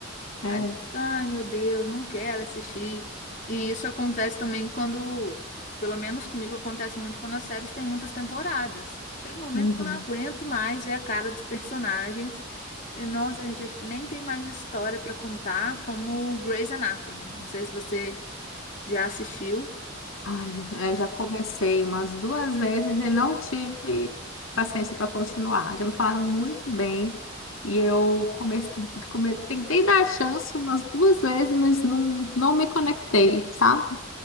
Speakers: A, on the left (about 80°); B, on the left (about 40°).
A: É,
B: Aí você fica, ai meu Deus, não quero assistir. E isso acontece também quando, pelo menos comigo, acontece muito quando as séries têm muitas temporadas. Chega um momento
A: uhum.
B: que eu não aguento mais ver a cara dos personagens. E, nossa, gente, acho que nem tem mais história para contar, como Grey's Anatomy. Não sei se você já assistiu.
A: Ai, já é, já comecei umas duas vezes e não tive paciência para continuar. Já me falaram muito bem e eu comecei, come- tentei dar a chance umas duas vezes, mas não, não me conectei, sabe?